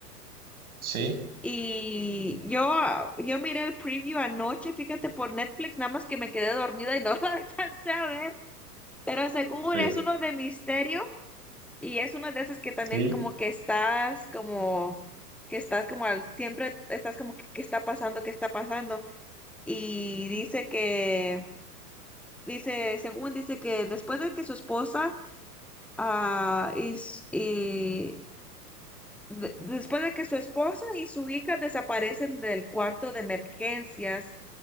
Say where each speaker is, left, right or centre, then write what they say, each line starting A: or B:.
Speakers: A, on the right (about 60°); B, in the centre.
A: sí
B: Y yo, ah, yo miré el preview anoche, fíjate, por Netflix, nada más que me quedé dormida y no <laughs> la alcancé a ver. Pero según
A: Sí,
B: es uno de misterio y es una de esas que también
A: sí,
B: como que estás como, que estás como, al- siempre estás como que, ¿qué está pasando? ¿Qué está pasando? Y dice que, dice, según dice que después de que su esposa ah, y, s- y de- después de que su esposa y su hija desaparecen del cuarto de emergencias,